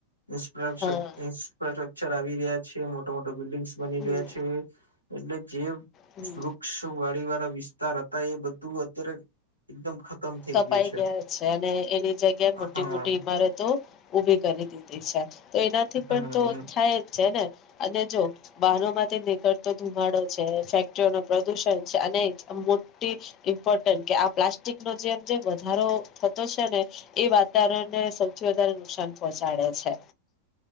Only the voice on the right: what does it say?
ન્ફ્રા
સ્ટ્રક્ચર આવી રહ્યા છે મોટા મોટા બિલ્ડિંગ્સ બની
રહ્યા છે. એલે જીમ
વૃક્ષ વાળી વાળા વિસ્તાર હતા એ બધું અત્યારે એકદમ ખતમ થઈ
ગયું
હા
હમ